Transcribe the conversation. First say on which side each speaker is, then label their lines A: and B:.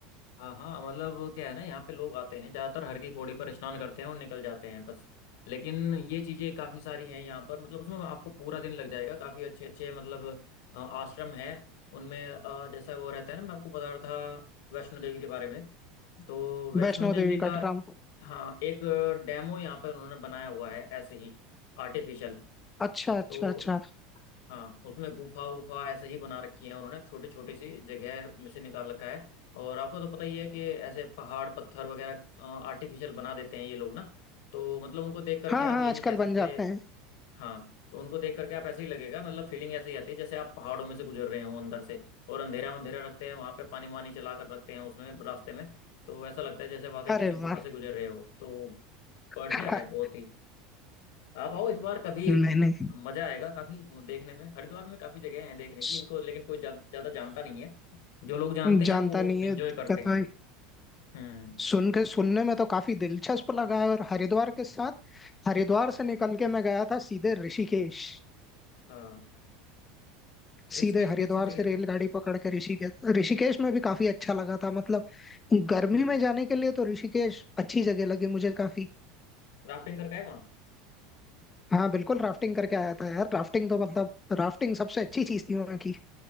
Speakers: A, on the left; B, on the left.
A: हाँ हाँ मतलब वो क्या है ना यहाँ पे लोग आते हैं ज्यादातर हर की पौड़ी पर स्नान करते हैं और निकल जाते हैं बस लेकिन ये चीजें काफी सारी हैं यहाँ पर मतलब उसमें आपको पूरा दिन लग जाएगा काफी अच्छे अच्छे मतलब अ, आश्रम हैं उनमें अ, जैसा वो रहता है ना मैं आपको बता रहा था वैष्णो देवी के बारे में तो वैष्णो
B: वैष्णो
A: देवी
B: देवी
A: का
B: कटरा
A: हाँ एक डेमो यहाँ पर उन्होंने बनाया हुआ है ऐसे ही आर्टिफिशियल
B: अच्छा अच्छा
A: तो
B: अच्छा
A: हाँ उसमें गुफा वुफा ऐसे ही बना रखी है उन्होंने छोटी छोटी सी जगह में से निकाल रखा है और आपको तो पता ही है कि ऐसे पहाड़ पत्थर वगैरह आर्टिफिशियल बना देते हैं ये लोग ना तो मतलब उनको देख करके
B: हाँ
A: आप
B: हाँ
A: ये
B: आजकल
A: नहीं कह सकते
B: बन जाते हैं
A: हाँ तो उनको देख करके आप ऐसे ही लगेगा मतलब फीलिंग ऐसे ही आती है जैसे आप पहाड़ों में से गुजर रहे हो अंदर से और अंधेरा अंधेरा रखते हैं वहां पे पानी वानी चला कर रखते हैं उसमें रास्ते में तो ऐसा लगता है जैसे वाकई किसी
B: अरे
A: गुफा
B: वाह
A: से गुजर रहे हो तो
B: <laughs>
A: बढ़िया है बहुत ही आप आओ इस बार कभी
B: नहीं
A: मजा आएगा काफी देखने में हरिद्वार में काफी जगह हैं देखने
B: नहीं
A: की इनको लेकिन कोई ज्या- ज्यादा जानता नहीं है जो लोग जानते हैं
B: जानता
A: वो
B: नहीं
A: एंजॉय
B: है दिक्कत
A: करते हैं
B: भाई
A: हम्म
B: सुन के सुनने में तो काफी दिलचस्प लगा है और हरिद्वार के साथ हरिद्वार से निकल के मैं गया था सीधे ऋषिकेश
A: हाँ ऋषिकेश
B: सीधे हरिद्वार
A: भी अच्छी जगह
B: से रेलगाड़ी
A: है
B: पकड़ के ऋषिकेश ऋषिकेश में भी काफी अच्छा लगा था मतलब गर्मी
A: हम्म
B: में जाने के लिए तो ऋषिकेश अच्छी जगह लगी मुझे काफी
A: राफ्टिंग करके आए वहाँ
B: हाँ बिल्कुल राफ्टिंग करके आया था यार राफ्टिंग तो मतलब राफ्टिंग सबसे अच्छी चीज थी वहाँ की